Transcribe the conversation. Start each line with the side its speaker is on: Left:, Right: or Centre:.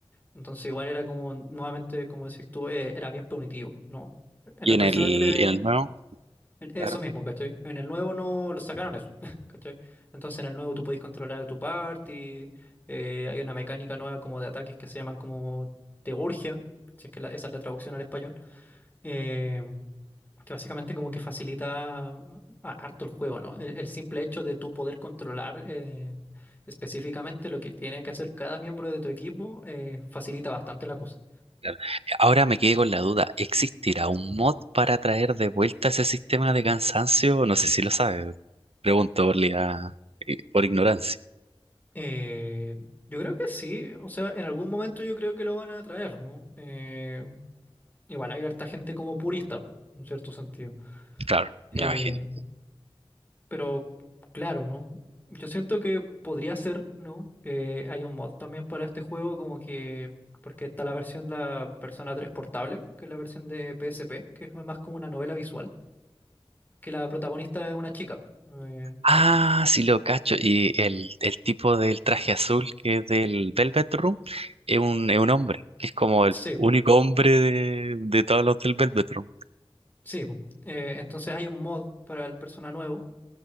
Left: Entonces igual era como, nuevamente, como decís tú, eh, era bien punitivo, ¿no? En
Right: Y
Left: el
Right: en
Left: Persona
Right: el, y
Left: 3.
Right: en el nuevo.
Left: En- Eso
Right: claro.
Left: mismo, ¿cachai? En el nuevo no lo sacaron eso, <laughs> ¿cachai? Entonces en el nuevo tú podés controlar a tu party, eh, hay una mecánica nueva como de ataques que se llaman como teurgia, si es que la- esa es la traducción al español, eh, que básicamente como que facilita a- harto el juego, ¿no? El, el simple hecho de tú poder controlar eh, específicamente lo que tiene que hacer cada miembro de tu equipo eh, facilita bastante la cosa.
Right: Claro. Ahora me quedé con la duda, ¿existirá un mod para traer de vuelta ese sistema de cansancio? No sé si lo sabe. Pregunto por, la- eh, por ignorancia.
Left: Eh, yo creo que sí, o sea, en algún momento yo creo que lo van a traer, ¿no? Eh, Igual hay harta gente como purista, en cierto sentido.
Right: Claro,
Left: Eh,
Right: me imagino.
Left: pero claro, ¿no? Yo siento que podría ser, ¿no? Eh, hay un mod también para este juego, como que. Porque está la versión de la Persona 3 portable, que es la versión de PSP, que es más como una novela visual, que la protagonista es una chica. Eh,
Right: Ah, sí lo cacho. Y el, el tipo del traje azul que es del Velvet Room es un, es un hombre, que es como el
Left: sí,
Right: único hombre de, de todos los del Velvet Room.
Left: sí. po. Eh, entonces hay un mod para el Persona nuevo